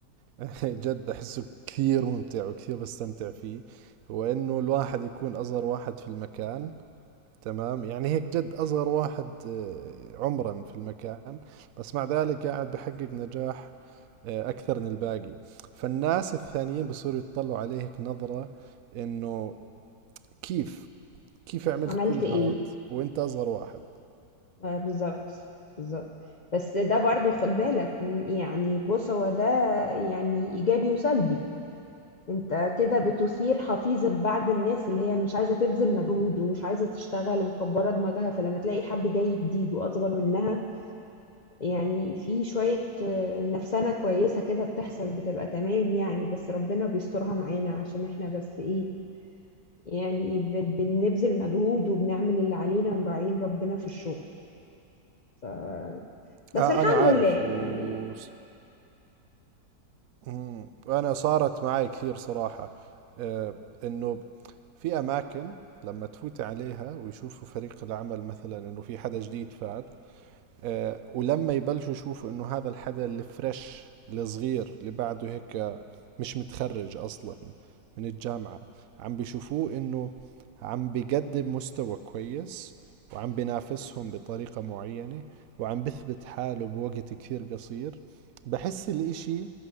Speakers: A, on the right (about 70°); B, on the left (about 55°).
A: <laughs> جد أحسه كثير ممتع وكثير بستمتع فيه هو إنه الواحد يكون أصغر واحد في المكان تمام يعني هيك جد أصغر واحد آه، عمرا في المكان بس مع ذلك قاعد بحقق نجاح آه، أكثر من الباقي فالناس الثانيين بصيروا يتطلعوا عليه هيك نظرة إنه كيف كيف عملت
B: فعملت
A: كل
B: ايه
A: هاد وأنت أصغر واحد
B: آه، بالظبط بالظبط بس ده برضو خد بالك م- يعني بص هو ده يعني إيجابي وسلبي انت كده بتثير حفيظة بعض الناس اللي هي مش عايزة تبذل مجهود ومش عايزة تشتغل ومكبرة دماغها فلما تلاقي حد جاي جديد وأصغر منها يعني في شوية آه، نفسنة كويسة كده بتحصل بتبقى تمام يعني بس ربنا بيسترها معانا عشان احنا بس ايه يعني بن- بنبذل مجهود وبنعمل اللي علينا ومراعين ربنا في الشغل ف... بس
A: آه
B: الحمد
A: أنا عارف
B: لله يعني
A: و... مم. وأنا صارت معي كثير صراحة آه، انه في أماكن لما تفوت عليها ويشوفوا فريق العمل مثلا إنه في حدا جديد فات آه، ولما يبلشوا يشوفوا إنه هذا الحدا الفريش الصغير اللي بعده هيك مش متخرج أصلا من الجامعة عم بيشوفوه إنه عم بيقدم مستوى كويس وعم بينافسهم بطريقة معينة وعم بثبت حاله بوقت كثير قصير بحس الإشي